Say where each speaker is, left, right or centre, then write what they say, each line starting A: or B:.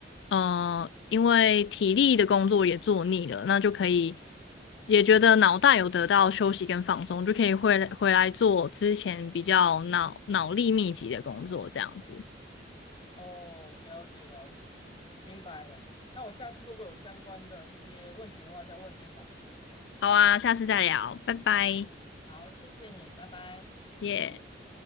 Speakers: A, on the left; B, on the left.
A: 呃，因为体力的工作也做腻了，那就可以也觉得脑袋有得到休息跟放松，就可以回来回来做之前比较脑脑力密集的工作，这样子。
B: 哦，了解了解，明白了，那我下次如果有相关的一些问题的话，再问你好了。
A: 好啊，下次再聊，拜拜，
B: 好，谢谢你，拜拜。
A: 谢谢。